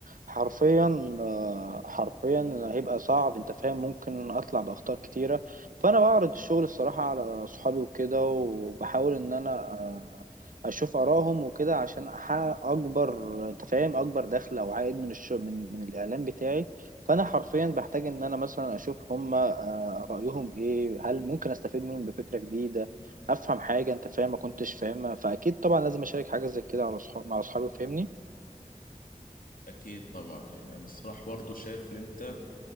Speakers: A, on the right; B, on the left.
A: حرفيا آه، حرفيا هيبقى صعب انت فاهم ممكن اطلع باخطاء كتيره فانا بعرض الشغل الصراحه على صحابي وكده وبحاول ان انا آه، اشوف ارائهم وكده عشان احقق اكبر انت فاهم اكبر دخل او عائد من الشغل من, من الاعلان بتاعي فانا حرفيا بحتاج ان انا مثلا اشوف هم آه، رايهم ايه هل ممكن استفيد منهم بفكره جديده افهم حاجه انت فاهم ما كنتش فاهمها فاكيد طبعا لازم اشارك حاجه زي كده على صحاب مع اصحابي فاهمني
B: اكيد طبعا يعني انا الصراحه برضو شايف ان انت